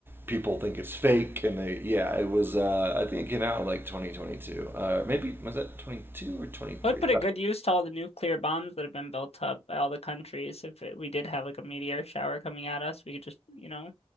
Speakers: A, on the right; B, on the left.
A: people think it's fake and they yeah it was uh, i think it came out in, like 2022 uh, maybe was that 22 or 23
B: I would put a good use to all the nuclear bombs that have been built up by all the countries. If it, we did have like a meteor shower coming at us, we could just, you know,